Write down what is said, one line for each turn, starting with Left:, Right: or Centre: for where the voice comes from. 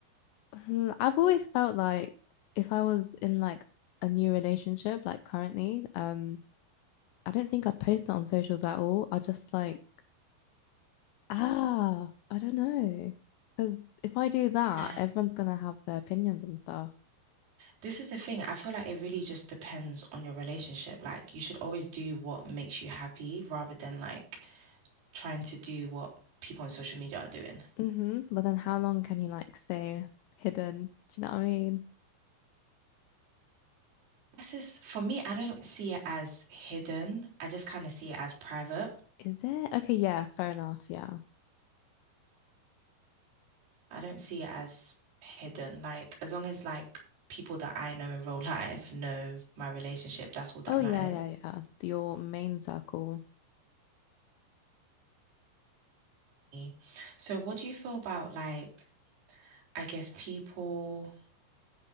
Left: hmm, I've always felt like if I was in like a new relationship, like currently, um, I don't think I'd post it on socials at all. I just like, Ah, I don't know. Because if I do that,
Right: Yeah,
Left: everyone's gonna have their opinions and stuff.
Right: this is the thing. I feel like it really just depends on your relationship. Like, you should always do what makes you happy rather than like trying to do what people on social media are doing.
Left: hmm But then how long can you like stay hidden? Do you know what I mean?
Right: This is, for me, I don't see it as hidden. I just kind of see it as private.
Left: Is there? Okay, yeah, fair enough. Yeah.
Right: I don't see it as hidden. Like as long as like people that I know in real <laughs> life know my relationship, that's all that
Left: Oh,
Right: matters.
Left: yeah, yeah, yeah. Your main circle.
Right: Me. So what do you feel about like I guess people,